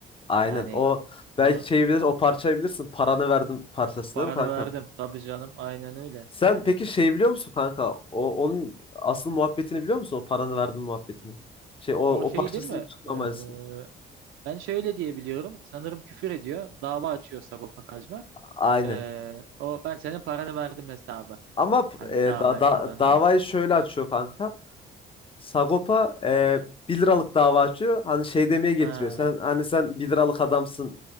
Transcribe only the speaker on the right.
Yani
bunu
paranı
verdim. Tabii canım aynen öyle.
Yani
o şey
değil mi?
Ee, Ben şöyle diye biliyorum. Sanırım küfür ediyor. Dava açıyor Sagopa Kajmer.
Ee, o ben senin paranı verdim hesabı.
Hani
davayı
kazanıyor.
Ha,